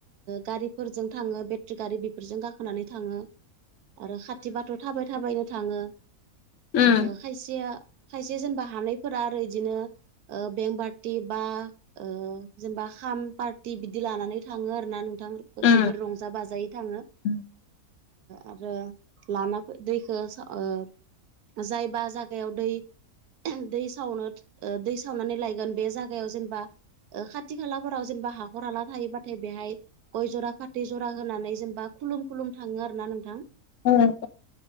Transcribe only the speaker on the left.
उम
उम
उम
<inaudible> ओ